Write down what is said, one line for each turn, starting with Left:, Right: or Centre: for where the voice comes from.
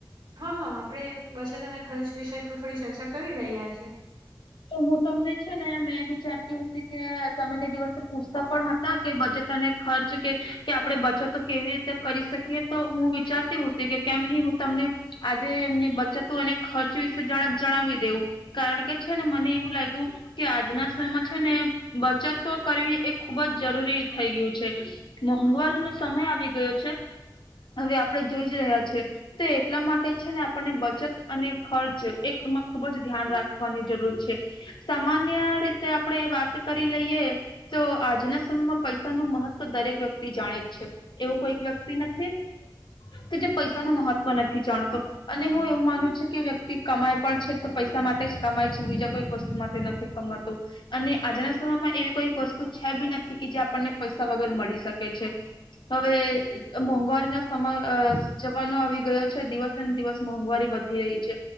Right: હા હ આપણે બચત અને ખર્ચ વિષય પર થોડી ચર્ચા કરી રહી આજે.
Left: તો હું તમને છે ને મેં વિચારતીતી કે તમે તે દિવસે પૂછતા પણ હતા કે બચત અને ખર્ચ કે કે આપે બચતો કેવી રીતે કરી શકીએ તો હું વિચારતી હોતી કે કેમ નહી હું તમને આજે એમની બચતો અને ખર્ચ વિશે જણાવી દેઉં કારણ કે છે ને મને એવું લાગ્યું કે આજના સમયમાં છે ને બચત તો કરવી એ ખુબ જ જરૂરી થઈ ગયું છે મોંઘવારીનોો સમય આવી ગયો છે હવે આપણે જોઈ જ રહ્યા છેએ તો એટલા માટે છે ને આપણને બચત અને ખર્ચ એમાં ખુબ જ ધ્યાન રાખ જરૂર છે સામાન્ય રીતે આપડણે વાત કરી લઈએ તો આજના સમયમાં પૈસા નું મહત્વ દરેક વ્યક્તિ જાણે જ છે એવો કોઈક વ્યક્તિ નથી તો જે પૈસા નું મહત્વ નથી જાણતો અને હું એવું માનું છું કે વ્યક્તિ કમાય પણ છે તો પૈસા માટે છે બીજા કોઈક વસ્તુ માટે નથી કમાતું અને આજના સમયમાં એવી કોઈક વસ્તુ છે બી નથી કે જે આપણને પૈસા વગર મળી શકે છે હવે મોંઘવારીનો સમય જવાનો આવી ગયો છે દિવસે ને દિવસ મોંઘવારી વધી રહી છે